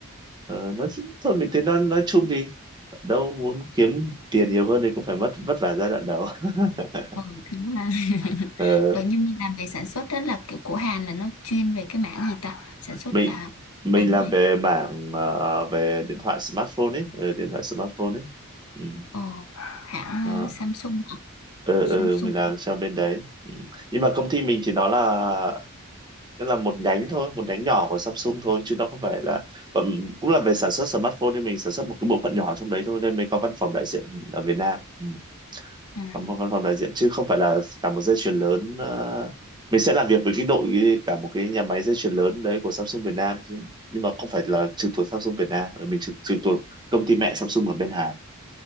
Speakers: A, on the right; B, on the left.
A: Ờ, nó thôi mình thấy nó nói chung thì đâu muốn kiếm tiền nhiều hơn thì cũng phải mất vất vả giai đoạn đầu. <laughs>
B: Ừ, đúng là <laughs>
A: Ờ,
B: ừ, nhưng mình làm về sản xuất đó là kiểu của Hàn là nó chuyên về cái mảng gì ta sản xuất
A: mình
B: là
A: mình
B: Hàn
A: làm
B: hay
A: về mảng ờ, về điện thoại smartphone ấy, ờ, điện thoại smartphone ấy. Ừ.
B: ờ, hãng
A: Ờ.
B: ờ, Samsung hả?
A: ừ
B: Samsung
A: ừ mình làm cho bên đấy ừ. nhưng mà công ty mình thì nó là nó là một nhánh thôi một nhánh nhỏ của Samsung thôi chứ nó không phải là bọn- cũng là về sản xuất smartphone nhưng mình sản xuất một cái bộ phận nhỏ trong đấy thôi nên mới có văn phòng đại diện ở Việt Nam ừ.
B: à,
A: có một văn phòng đại diện chứ không phải là cả một dây chuyền lớn ờ, mình sẽ làm việc với cái đội cả một cái nhà máy dây chuyền lớn đấy của Samsung Việt Nam chứ- nhưng mà không phải là trực thuộc Samsung Việt Nam Ừ, mình trực, trực thuộc công ty mẹ Samsung ở bên Hà